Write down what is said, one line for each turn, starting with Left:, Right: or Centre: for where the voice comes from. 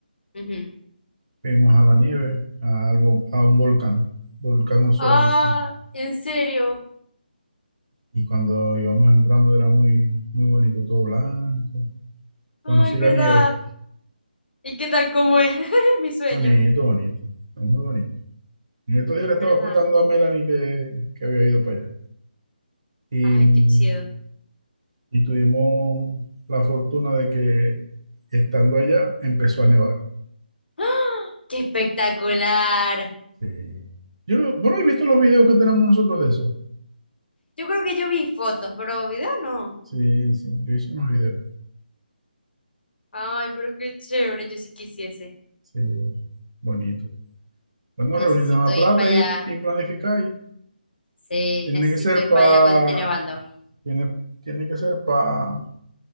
Left: Ujú.
Right: fuimos a la nieve, a, algo, a un volcán, volcán Osorno.
Left: Ah,
Right: se
Left: en serio.
Right: Y cuando íbamos entrando era muy, muy bonito, todo blanco.
Left: Ay,
Right: Conocí
Left: ¿verdad?
Right: la nieve.
Left: ¿Y qué tal cómo es? <laughs> Mi sueño,
Right: Bonito, bonito. Es muy bonito. En estos días le estaba
Left: ¿verdad?
Right: contando a Melanie que, que había ido para allá. Y,
Left: Ay,
Right: mm,
Left: qué chido.
Right: y tuvimos la fortuna de que estando allá empezó a nevar.
Left: ¡Ah! ¡Qué espectacular!
Right: Sí. Yo no, bueno, he visto los videos que tenemos nosotros de eso.
Left: Yo creo que yo vi fotos, pero video no.
Right: Sí, sí, yo hice unos videos.
Left: Ay, pero qué chévere, yo sí quisiese.
Right: Sí, bonito. Bueno,
Left: Necesito
Right: reunirte una
Left: ir
Right: plata
Left: para allá.
Right: y, y planificar. y
Left: Sí,
Right: tiene
Left: necesito
Right: que ser
Left: ir
Right: para,
Left: para allá cuando esté nevando,
Right: tiene, tiene que ser para,